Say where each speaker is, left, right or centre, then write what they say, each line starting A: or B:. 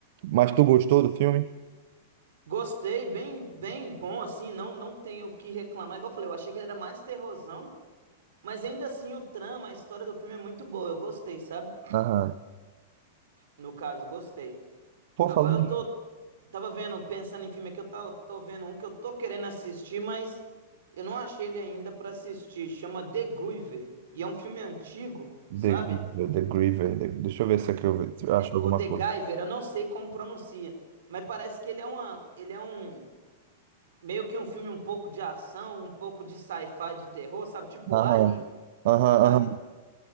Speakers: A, on the right (about 60°); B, on the right (about 85°).
A: Mas tu gostou do filme?
B: Gostei, bem, bem bom assim, não não tenho o que reclamar. Igual eu falei, eu achei que ele era mais terrorzão, mas ainda assim o trama, a história do filme é muito boa. Eu gostei, sabe?
A: Aham.
B: No caso, gostei.
A: Pô,
B: Agora
A: falando
B: eu
A: em
B: tô tava vendo, pensando em filme aqui, eu tava, tô vendo um que eu tô querendo assistir, mas eu não achei ele ainda pra assistir. Chama The Griever e é um filme antigo, sabe?
A: The, The Griever, The- deixa eu ver se aqui eu ve- se eu acho alguma
B: O The
A: coisa.
B: Giver, eu não sei como pronuncia, mas parece que ele é uma, ele é um meio que um filme um pouco de ação, um pouco de sci-fi, de terror, sabe? Tipo
A: Aham,
B: Alien,
A: aham,
B: sabe?
A: aham.